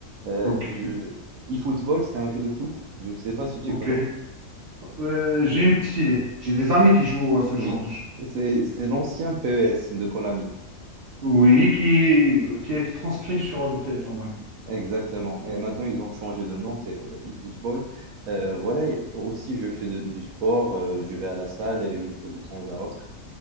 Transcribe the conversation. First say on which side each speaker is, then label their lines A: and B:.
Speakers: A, on the right (about 80°); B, on the right (about 50°).
A: Euh,
B: Ok,
A: je... eFootball, c'est un jeu de foot. Je ne sais pas si tu
B: ok.
A: connais.
B: Euh, j'ai une petite idée. J'ai des amis qui jouent à ce genre
A: Oui,
B: de jeu.
A: c'est c'est l'ancien PES de Konami.
B: Oui, qui, est- qui a été transcrit sur le téléphone, oui.
A: Exactement. Et maintenant, ils ont changé de nom, c'est euh, eFootball. Euh, voilà, et aussi, je fais de- du sport, euh, je vais à la salle et je cours de temps à autre.